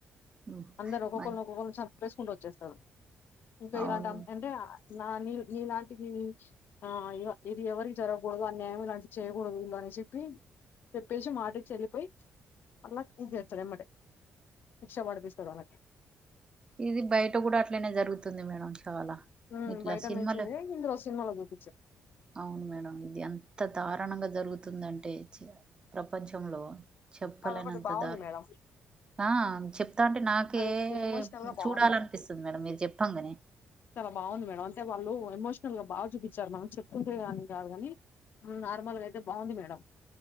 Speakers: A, on the right; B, on the left.
A: మ్,
B: అందరు ఒక్కొక్కరిని
A: మం-
B: ఒక్కొక్కరిని సంపేసుకుంటూ వచ్చేస్తారు ఇంకా
A: అవును
B: ఇలాంటి అంటే నా నీ నీలాంటి నీ ఆ ఇది ఎవరికి జరగకూడదు ఆ అన్యాయం ఇలాంటి చేయకూడదు ఇలానీ చెప్పి చెప్పేసి మాట ఇచ్చి వెళ్ళి మళ్ళ ఇది చేస్తాడు అనమాట శిక్ష పడిపిస్తాడు వాళ్ళకి
A: ఇది బయట కూడా అట్లనే జరుగుతుంది మేడం చాలా
B: ఊ
A: ఇట్లా
B: బయట
A: సినిమాలు
B: మీల్చదే ఇందలో సినిమాలో చూపి
A: అవును మేడం ఇది అంత దారుణంగా జరుగుతుందంటే చీ ప్రపంచంలో చెప్పలేనంత
B: అదొకటి బాగుంది
A: దారు
B: మేడం
A: ఆ చెప్తాంటే నాకే
B: అదొకటి ఎమోషనల్ గా బాగుంది
A: చూడాలనిపిస్తుంది మేడం మీరు చెప్పంగానే
B: చాలా బాగుంది మేడం అంటే వాళ్ళు ఎమోషనల్ గా బాగా చూపించారు మనం చెప్పుతుంటే కాదు కాని నార్మల్ గా అయితే బాగుంది మేడం